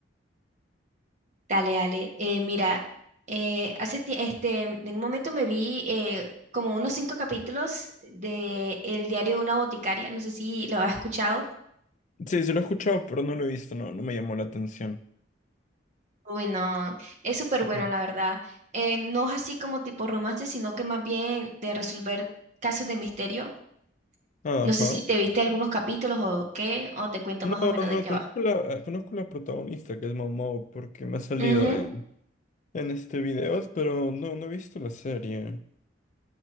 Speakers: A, on the right; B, on the left.
A: Dale, dale. Eh, mira, eh, hace, ti- este, en un momento me vi eh, como unos cinco capítulos de El diario de una boticaria, no sé si lo has escuchado.
B: Sí, sí lo he escuchado, pero no lo he visto, no, no me llamó la atención.
A: Uy, no, es súper
B: Así
A: bueno,
B: que...
A: la verdad. Eh, no es así como tipo romance, sino que más bien de resolver casos de misterio.
B: Ajá.
A: No sé si te viste algunos capítulos o qué, o te cuento
B: No,
A: más o menos
B: no,
A: de qué
B: conozco
A: va.
B: la, eh, conozco la protagonista, que es Momo, porque me ha salido
A: Ujú,
B: en, en este videos, pero no, no he visto la serie.